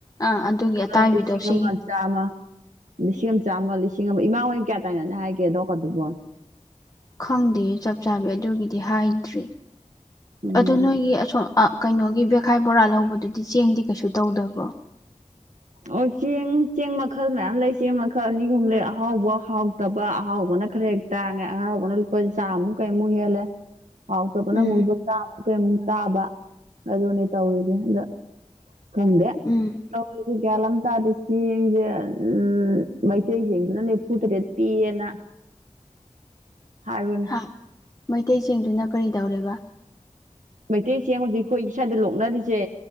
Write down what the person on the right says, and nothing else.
ꯂꯤꯁꯤꯡ
ꯑꯃ ꯆꯥꯝꯃ ꯂꯤꯁꯤꯡ ꯑꯃ ꯆꯥꯝꯃ ꯂꯤꯁꯤꯡ ꯑꯃ ꯏꯃꯥ ꯍꯣꯏ ꯑꯣꯏꯅ ꯀꯌꯥ ꯇꯥꯏꯅꯅꯤ ꯍꯥꯏꯒꯦ ꯑꯗꯣꯝ ꯅꯥꯀꯟꯗꯨꯕꯣ
ꯎꯝ
ꯑꯣ ꯆꯦꯡ ꯆꯦꯡ ꯃꯈꯜ ꯃꯌꯥꯝ ꯂꯩ ꯆꯦꯡ ꯃꯈꯜ ꯑꯅꯤ ꯑꯍꯨꯝ ꯂꯩ ꯑꯍꯥꯎꯕ ꯍꯥꯎꯇꯕ ꯑꯍꯥꯎꯕꯅ ꯈꯔ ꯍꯦꯛ ꯇꯥꯡꯉꯦ ꯑꯍꯥꯎꯕꯅ ꯂꯨꯄꯥ ꯆꯥꯃꯨꯛ ꯀꯩꯃꯨꯛ ꯍꯦꯜꯂꯦ ꯍꯥꯎꯇꯕ
ꯑꯃꯨꯛ ꯆꯥꯝꯃꯨꯛ ꯀꯩꯃꯨꯛ ꯇꯥꯕ ꯑꯗꯨꯅꯤ ꯇꯧꯔꯤꯁꯦ ꯑꯗ ꯈꯪꯗꯦ
ꯑꯗꯨꯖꯤ ꯒꯌ꯭ꯥꯟ ꯑꯃ ꯇꯥꯗ ꯆꯦꯡꯁꯦ ꯎꯝ ꯃꯩꯇꯩꯆꯦꯡꯗꯨꯅ ꯅꯤꯐꯨ ꯇꯔꯦꯠ ꯄꯤꯌꯦꯅ ꯍꯥꯏꯕꯅꯦ
ꯃꯩꯇꯩꯆꯦꯡ ꯍꯧꯖꯤꯛ ꯑꯩꯈꯣꯏ ꯁ꯭ꯋꯥꯏꯗ ꯂꯣꯛꯅꯔꯤꯁꯦ